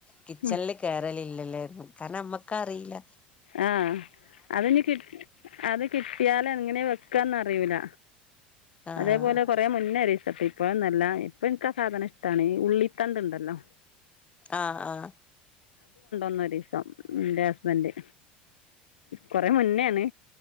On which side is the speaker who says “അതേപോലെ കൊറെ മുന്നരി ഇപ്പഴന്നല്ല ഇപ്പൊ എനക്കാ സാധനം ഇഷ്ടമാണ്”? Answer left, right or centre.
Left